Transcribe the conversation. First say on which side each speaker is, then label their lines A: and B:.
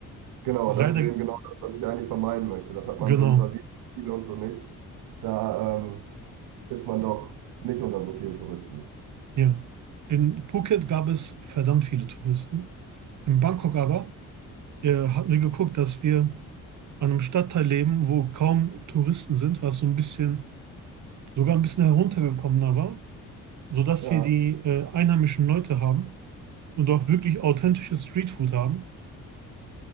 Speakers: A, on the right; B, on the right.
A: Genau,
B: Leider,
A: und das ist eben genau das, was ich eigentlich vermeiden möchte. Das hat man
B: genau,
A: so in Brasilien viel und so nicht. Da ähm, ist man doch nicht unter so vielen Touristen.
B: ja. In Phuket gab es verdammt viele Touristen. In Bangkok aber äh, hatten wir geguckt, dass wir an einem Stadtteil leben, wo kaum Touristen sind, was so ein bisschen, sogar ein bisschen heruntergekommener war, sodass
A: Ja,
B: wir die äh, einheimischen Leute haben und auch wirklich authentisches Streetfood haben.